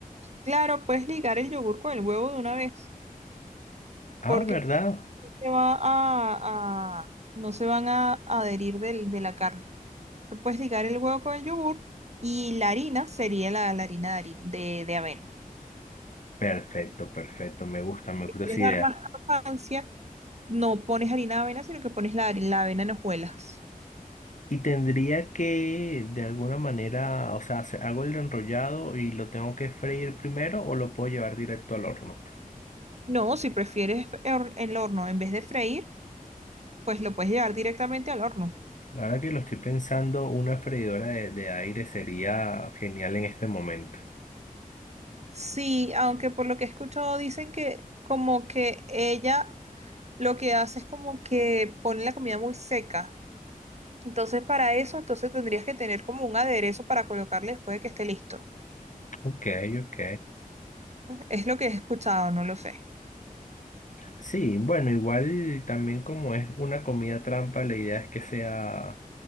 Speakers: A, on the right; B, on the left.
A: Claro, puedes ligar el yogur con el huevo de una vez,
B: Ah,
A: porque
B: ¿verdad?
A: no se va a, a- no se van a adherir del- de la carne. Se puedes ligar el huevo con el yogur y la harina sería la, la harina de, hari- de, de avena.
B: Perfecto, perfecto, me gusta, me
A: Si
B: gusta
A: quieres
B: esa idea.
A: dar más crocancia, no pones harina de avena, sino que pones la, hari- la avena en hojuelas.
B: Y tendría que, de alguna manera, o sea, se- hago el enrollado y lo tengo que freír primero o lo puedo llevar directo al horno.
A: No, si prefieres hor- el horno en vez de freír, pues lo puedes llevar directamente al horno.
B: La verdad que lo estoy pensando, una freidora de, de aire sería genial en este momento.
A: Sí, aunque por lo que he escuchado dicen que como que ella lo que hace es como que pone la comida muy seca. Entonces para eso, entonces tendrías que tener como un aderezo para colocarle después de que esté listo.
B: Ok, ok.
A: Es lo que he escuchado, no lo sé.
B: Sí, bueno, igual también como es una comida trampa, la idea es que sea